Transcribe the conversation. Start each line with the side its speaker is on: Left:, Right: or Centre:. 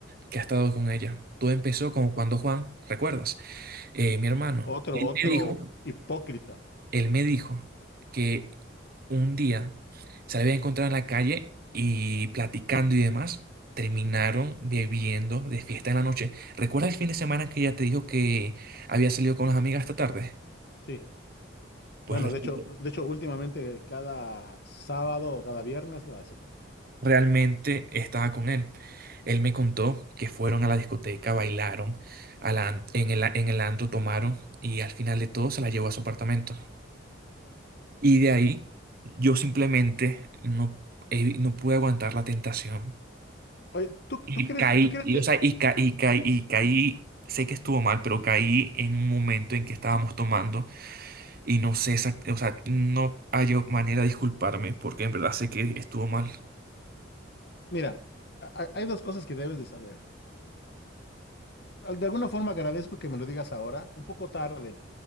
Right: que ha estado con ella. Todo empezó como cuando Juan, ¿recuerdas? Eh, mi hermano,
Left: otro,
Right: él
Left: otro
Right: me dijo,
Left: hipócrita.
Right: él me dijo que un día se la había encontrado en la calle y platicando y demás, terminaron bebiendo de fiesta en la noche. ¿Recuerdas el fin de semana que ella te dijo que había salido con las amigas esta tarde?
Left: Sí.
Right: Pues
Left: Bueno,
Right: resulta-
Left: de hecho, de hecho, últimamente cada sábado o cada viernes lo hacen.
Right: realmente estaba con él. Él me contó que fueron a la discoteca, bailaron, a la an- en el, a- en el antro tomaron y al final de todo se la llevó a su apartamento. Y de ahí yo simplemente no, eh, no pude aguantar la tentación.
Left: Oye, ¿tú, tú
Right: Y
Left: crees,
Right: caí,
Left: tú crees
Right: y,
Left: que,
Right: o sea, y caí, y caí, y caí, sé que estuvo mal, pero caí en un momento en que estábamos tomando y no sé, exact- o sea, no hay manera de disculparme porque en verdad sé que estuvo mal.
Left: mira, a- a- hay dos cosas que debes de saber. al- de alguna forma agradezco que me lo digas ahora, un poco tarde,